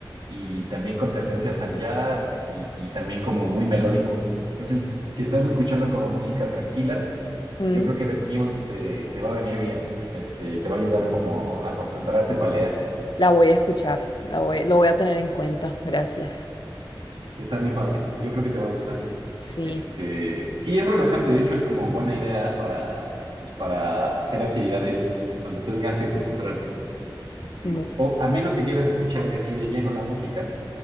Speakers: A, on the right; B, on the left.
A: y también con tendencias al jazz y, y también como muy melódico. Entonces, si estás escuchando como música tranquila,
B: Mm.
A: yo creo que Beth Gibbons te, te va a venir bien. Este, te va a ayudar como a concentrarte para leer.
B: La voy a escuchar, la voy, lo voy a tener en cuenta, gracias.
A: Está muy padre. Yo creo que te va a gustar.
B: Sí,
A: Este, sí, es relajante, de hecho es como buena idea para, pues, para hacer actividades donde tengas que concentrarte. Digo,
B: muy
A: o a menos que quieras escuchar así de lleno la música